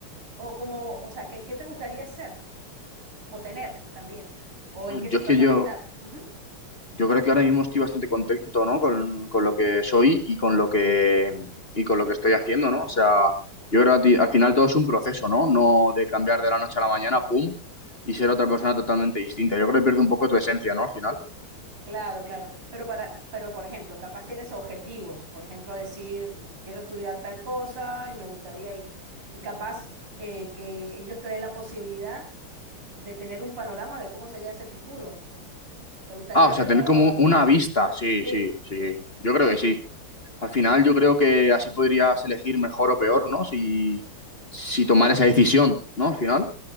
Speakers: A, on the right; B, on the left.
A: o como, o sea, ¿qué, qué te gustaría ser? O tener también. O en
B: Uf,
A: qué situación
B: Yo es que yo,
A: estar. Ujú.
B: yo creo que ahora mismo estoy bastante contento, ¿no? Con, con lo que soy y con lo que y con lo que estoy haciendo, ¿no? O sea, yo creo que a ti- al final todo es un proceso, ¿no? No de cambiar de la noche a la mañana, pum, y ser otra persona totalmente distinta. Yo creo que pierde un poco tu esencia, ¿no? Al final.
A: Claro, claro. Pero para, pero por ejemplo, capaz tienes objetivos. Por ejemplo, decir, quiero estudiar tal cosa y me gustaría, y, y capaz eh, que ellos te den la posibilidad de tener un panorama de cómo sería ese futuro. ¿Te gustaría
B: Ah, o
A: verlo
B: sea, tener como
A: o no?
B: una
A: Sí.
B: vista. Sí,
A: Sí,
B: sí, sí. Yo creo que sí. Al final yo creo que así podrías elegir mejor o peor, ¿no? Si, si tomar esa decisión, ¿no? Al final.